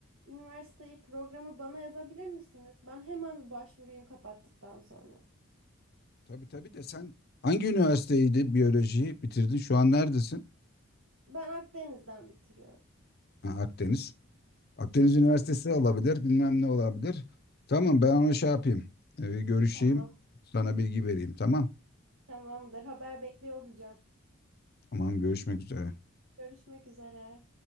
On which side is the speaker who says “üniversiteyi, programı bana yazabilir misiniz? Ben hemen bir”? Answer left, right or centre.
Right